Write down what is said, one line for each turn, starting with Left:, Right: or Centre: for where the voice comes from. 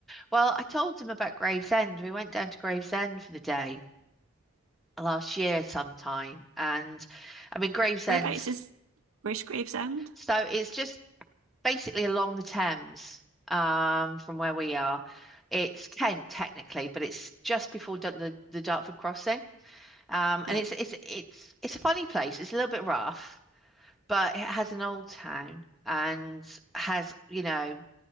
Centre: Well, I told them about Gravesend. We went down to Gravesend for the day last year sometime, and I mean Gravesend's.
Right: Whereabouts is where's Gravesend?
Centre: So it's just basically along the Thames, um, from where we are. It's Kent technically, but it's just before Dart- the the Dartford crossing. Um,
Right: Yeah,
Centre: and it's it's it's it's a funny place. It's a little bit rough, but it has an old town and has, you know,